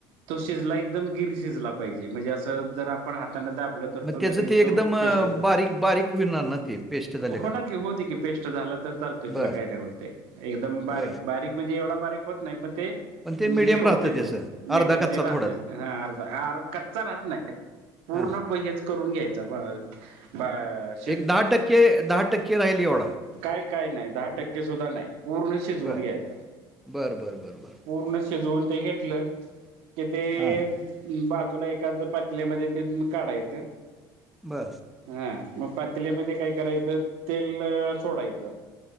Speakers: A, on the right; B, in the centre.
A: तो शिजला एकदम गिर शिजला पाहिजे म्हणजे असं जर आपण हातान दाबल तर
B: मग
A: तो लगेच
B: त्याचं ते
A: तो
B: एकदम अ,
A: पेस्ट
B: बारीक बारीक होणार ना ते पेस्ट झाल्यागत
A: होणार की होते की पेस्ट झाला तर चाल तेथला
B: बर
A: काही नाही होते. एकदम बारीक
B: बर
A: बारीक म्हणजे एवढा बारीक होत नाही पण ते शेव
B: पण ते मिडियम
A: होतय
B: राहतं त्याचं
A: ते मिडीयम
B: अर्धा कच्चा
A: ते राहतय
B: थोडा
A: ह अर्धा आर कच्चा राहत नाही. पूर्ण
B: हां
A: हेच करून घ्यायच. ब आ
B: एक दहा टक्के. दहा टक्के राहिल एवढा.
A: काय काय नाही दहा टक्के सुद्धा नाही. पूर्ण शिजवून
B: बर
A: घ्यायचा.
B: बर बर बर बर
A: पूर्ण शिजवून ते घेतलं. कि ते
B: हां
A: अ बा जून एकाद पातल्यामध्ये ते धुऊन काढायचं.
B: बस.
A: हा मग पातल्यामध्ये काय करायचं तेल सोडायचं.